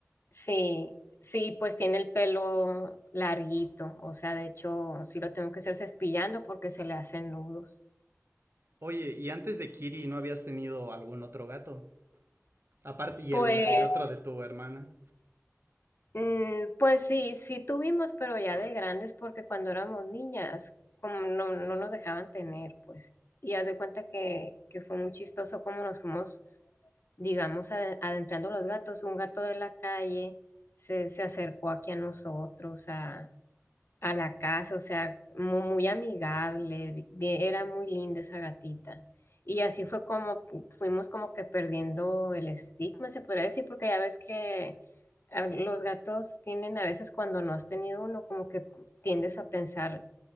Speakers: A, on the left; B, on the right.
A: Sí, sí, pues tiene el pelo larguito, o sea, de hecho, sí lo tengo que hacer cepillando porque se le hacen nudos.
B: Oye, ¿y antes de Kiri no habías tenido algún otro gato? Aparte, y
A: Pues,
B: el, el otro de tu hermana.
A: mm, pues sí, sí tuvimos, pero ya de grandes, porque cuando éramos niñas, como no, no nos dejaban tener, pues, y haz de cuenta que, que fue muy chistoso como nos fuimos, digamos, ade- adentrando los gatos. Un gato de la calle se, se acercó aquí a nosotros a, a la casa, o sea, mu- muy, amigable, bien- era muy linda esa gatita. Y así fue como pu- fuimos como que perdiendo el estigma, se podría decir, porque ya ves que a- los gatos tienen a veces cuando no has tenido uno, como que tiendes a pensar,